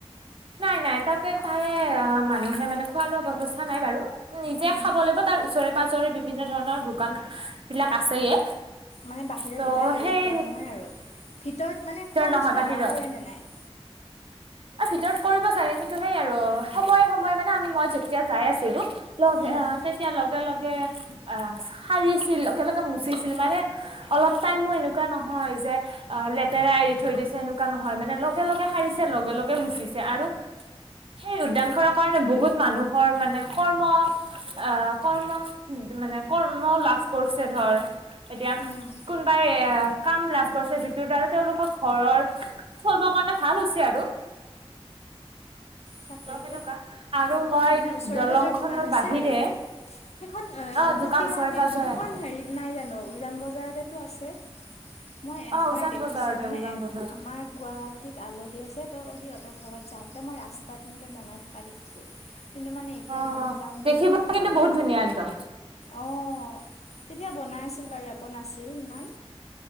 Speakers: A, on the right; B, on the left.
A: নাই নাই তাতে তাৰে অ', মানুহে মানে খোৱা-লোৱা বৱস্থা নাই বাৰু। নিজে
B: উম,
A: খাব লাগিব তাৰ ওচৰে-পাজৰে বিভিন্ন ধৰণৰ দোকান বিলাক আছেয়ে।
B: মানে বাহিৰত
A: ত'
B: ওলাই আৰু
A: সেই
B: ভিতৰত নহয় আৰু ভিতৰত মানে খোৱা
A: নহয়
B: বস্তু
A: বাহিৰত
B: এলাও কৰে নে নাই?
A: ভিতৰত কৰিব চাগে কিন্তু সেই আৰু সময়ে সময়ে মানে আমি মই যেতিয়া যাই আছিলোঁ। লগে
B: উম।
A: আ, তেতিয়া লগে লগে আহ, সাৰিছিল লগে লগে মুচিছিল মানে অলপ টাইমো এনেকুৱা নহয় যে, লেতেৰা এৰি থৈ দিছে এনেুৱা এনেকা নহয় মানে লগে লগে সাৰিছে লগে, লগে মুচিছে আৰু সেই উদ্যান খনৰ কাৰণে বহুত মানুহৰ মানে কৰ্ম আ, কৰ্ম মানে কৰ্ম লাভ কৰিছে ধৰ এতিয়া
B: উম,
A: কোনোবাই এ, কাম লাভ কৰিছে যিটোৰ দ্বাৰা তেওঁওলোকৰ ঘৰৰ চলবৰ কাৰণে ভাল হৈছে আৰু।
B: তাকেতো
A: ত সেনেকুৱা আৰু মই
B: মানে ওচৰে
A: দলং
B: পাজৰে দোকান
A: খনৰ
B: আছে
A: বাহিৰে
B: আৰু? সেইখন
A: অ দোকান
B: সতি
A: ওচৰে
B: সাবি
A: পাজৰে
B: সেইখন
A: আছে
B: হেৰিত নাই জানো উজান বজাৰতেতো আছে? মই একবাৰ
A: অ উজান
B: দেখিছোঁ,
A: বজাৰতে
B: মানে
A: উজান বজাৰত
B: আমাৰ গুৱাহা টিত আলহী আছে, ত' সিহঁতৰ ঘৰত যাওঁতে মই ৰাস্তাত তেনেকে বনাই থকা দেখিছো, কিন্তু মানে এতিয়া
A: অ
B: যাম যাম বুলি
A: দেখিবলৈ
B: কিবাকে
A: কিন্তু বহুত ধুনীয়া একদম
B: অ' তেতিয়া বনাই আছিল বাৰু ক নাছিল, সিমান